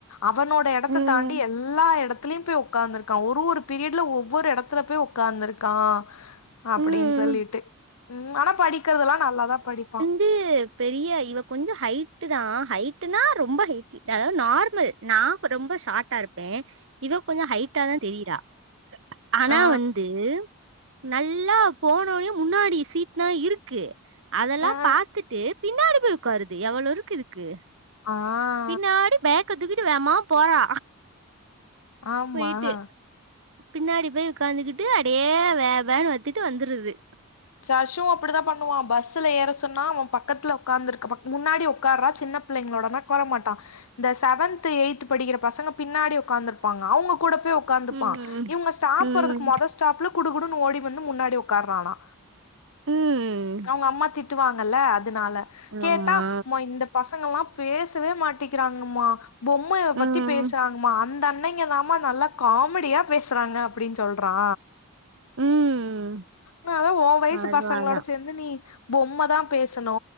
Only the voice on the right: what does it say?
ம்
ம்
து பெரிய இவக் கொஞ்சோ ஹைட்டுதா ஹைட்டுனா ரொம்ப ஹைட் இ அதாவ்து நார்மல் நா கொ ரொம்ப ஷார்ட்டாருப்பே இவக் கொஞ்சொ ஹைட்டாதா தெரிறா ஆனா
வந்து நல்லா போனோனே முன்னாடி சீட் னா இருக்கு அதெல்லாப்
பாத்துட்டு பின்னாடி போய் உக்காருது எவ்ளோ இருக்கு இதுக்கு
பின்னாடி பேக்கத்தூக்கிட்டு வேமா போறா
போயிட்டு பின்னாடி போய் உக்காந்துகிட்டு அடியே வே வேனு வத்துட்டு வந்துருது
ம்
ம்
ம் ம்
ஆமா
ம்
ம்
அதுவாதான்